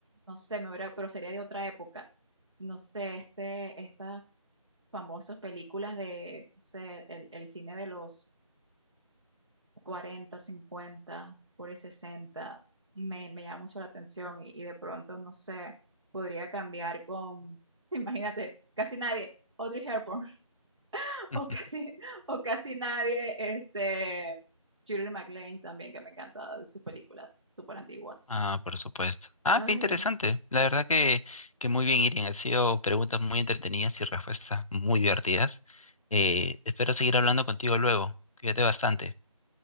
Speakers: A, on the right; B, on the left.
A: no sé, me hubiera, pero sería de otra época. No sé, este, estas famosas películas de, no sé, el, el cine de los 40 50 por ahí 60 me, me llama mucho la atención y, y de pronto, no sé, podría cambiar con, <laughs> imagínate, casi nadie, Audrey Hepburn, <laughs>
B: <laughs>
A: o casi, o casi nadie, este, Shirley MacLaine también, que me encanta de sus películas súper antiguas.
B: Ah, por supuesto. Ah,
A: Ay.
B: qué interesante. La verdad que, que muy bien, Irene. Han sido preguntas muy entretenidas y respuestas muy divertidas. Eh, espero seguir hablando contigo luego. Cuídate bastante.